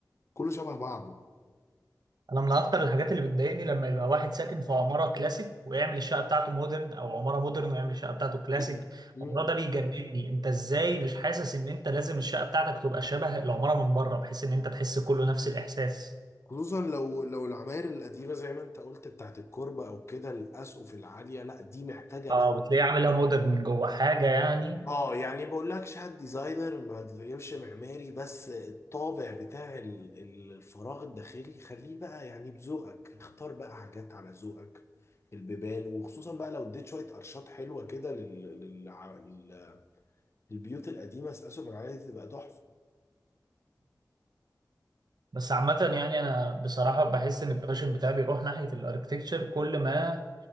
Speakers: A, on the left; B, on the right.
A: كله شبه بعضه
B: انا من اكتر الحاجات اللي بتضايقني لما يبقى واحد ساكن في عماره كلاسيك ويعمل الشقه بتاعته مودرن او عماره مودرن ويعمل الشقه بتاعته كلاسيك
A: <clears throat> مم.
B: الموضوع ده بيجنني انت ازاي مش حاسس ان انت لازم الشقه بتاعتك تبقى شبه العماره من بره بحيث ان انت تحس كله نفس الاحساس
A: خصوصا لو لو العماير القديمه زي ما انت قلت بتاعت الكوربه او كده الاسقف العاليه لا دي محتاجه
B: اه
A: بقى
B: وتلاقيه عاملها مودرن من جوه حاجه يعني
A: اه يعني بقول لكش هات ديزاينر ما تغيرش معماري بس الطابع بتاع ال- ال- الفراغ الداخلي خليه بقى يعني بذوقك اختار بقى حاجات على ذوقك البيبان وخصوصا بقى لو اديت شويه قرشات حلوه كده لل... لل... للبيوت القديمه اسقف العاليه دي تبقى تحفه
B: بس عامه يعني انا بصراحه بحس ان الباشن بتاعي بيروح ناحيه الاركتكتشر كل ما